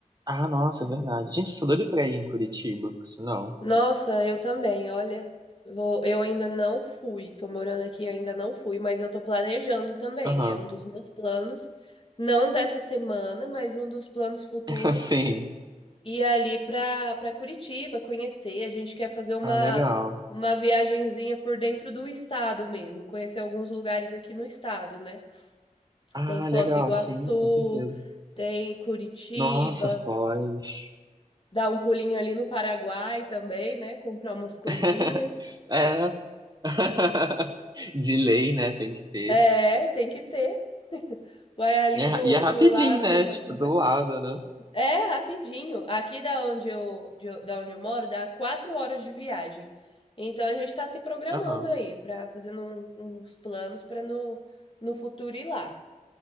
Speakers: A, on the right; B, on the left.
A: Ah, nossa,
B: É.
A: é verdade. Gente, sou doido pra ir em Curitiba, por sinal.
B: Nossa, eu também, olha. vou- eu ainda não fui, tô morando aqui, e ainda não fui, mas eu tô planejando também.
A: Aham.
B: É um dos meus planos, não dessa semana, mas um dos planos futuros,
A: <laughs> Sim.
B: ir ali pra, pra Curitiba, conhecer. A gente quer fazer uma,
A: Ah, legal.
B: uma viagenzinha por dentro do estado mesmo, conhecer alguns lugares aqui no estado, né?
A: Ah,
B: tem Foz
A: legal,
B: do Iguaçu,
A: sim, com certeza.
B: tem Curitiba,
A: Nossa, Foz.
B: dá um pulinho ali no Paraguai também, né? Comprar umas coisinhas.
A: <laughs> É. <laughs> De lei, né? Tem que ter.
B: É, tem que ter. Vai ali
A: E é, ra-
B: do,
A: e é rapidinho,
B: do lado
A: né?
B: e não vai
A: Tipo,
B: comprar.
A: do lado, né?
B: É, rapidinho. Aqui da onde eu, de- da onde eu moro, dá quatro horas de viagem. Então a gente tá se programando
A: Aham.
B: aí pra fazendo um- uns planos pra no, no futuro ir lá.